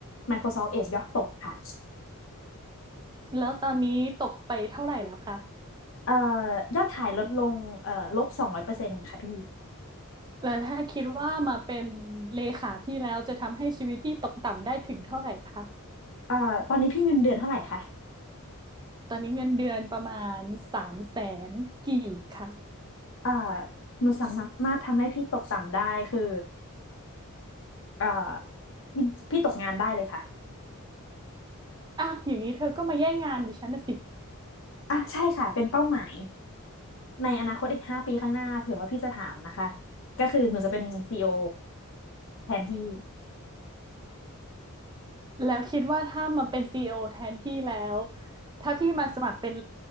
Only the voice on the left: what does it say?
Microsoft Edge ยอดตกค่ะ
เอ่อยอดขายลดลงเอ่อลบสองร้อยเปอร์เซ็นต์ค่ะพี่
เอ่อตอนนี้พี่เงินเดือนเท่าไหร่คะ
เอ่อหนูสามารถทำให้พี่ตกต่ำได้คือเอ่อพี่พี่ตกงานได้เลยค่ะ
อ่ะใช่ค่ะเป็นเป้าหมายในอนาคตอีกห้าปีข้างหน้าเผื่อว่าพี่จะถามนะคะก็คือหนูจะเป็นซีอีโอแทนพี่